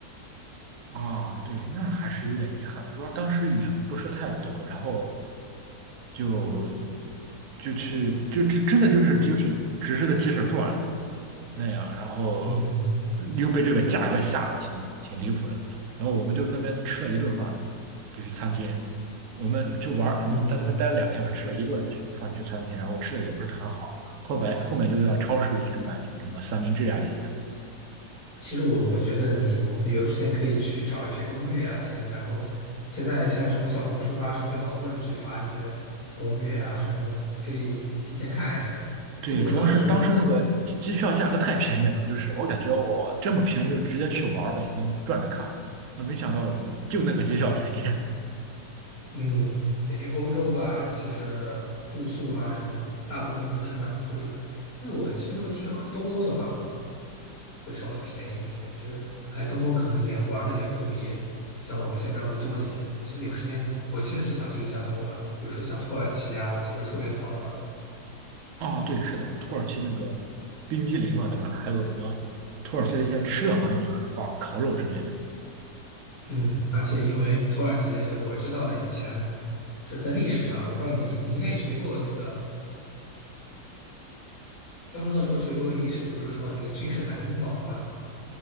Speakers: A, on the right; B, on the left.
A: 啊，对，那还是有点遗憾的，主要当时也不是太懂，然后就就去就就真的就是就是只是在街上转。那样，然后
B: 嗯
A: 又被这个价格吓得挺挺离谱的。然后我们就那边吃了一顿饭，就是餐厅，我们就玩儿，
B: 嗯，
A: 在那边待了两天吧，吃了一顿饭去餐厅，然后吃的也不是很好。后来后面就在超市里一直买的什么三明治啊这些。
B: 其实我我觉得你我旅游之前可以去找一些攻略啊，先，然后现在像什么小红书啊什么，有好多人去发一些攻略啊什么的，你可以提前看一下。
A: 对，
B: 就我当时。
A: 主要是当时那个机机票价格太便宜了，就是我感觉我这么便宜就直接去玩儿呗，先转着看。啊，没想到就那个机票便宜。
B: 嗯，对，因为欧洲吧，其实住宿啊什么，大部分都是蛮贵的。但我其实我听说东欧的话会稍微便宜一些，就是哎，东欧可能也玩的也会比像我们这边儿会多一些。其实有时间，我其实是想去一下东欧啦，比如说像土耳其啊，我听说特别的好玩儿
A: 哦，对，是的，土耳其那个冰激凌嘛，对吧？还有什么土耳其的一些吃的，好像也很棒，烤肉之类的。
B: 嗯，而且因为土耳其，我知道的以前就是在历史上，我不知道你你应该也学过那个高中的时候学过历史，不是说那个君士坦丁堡嘛？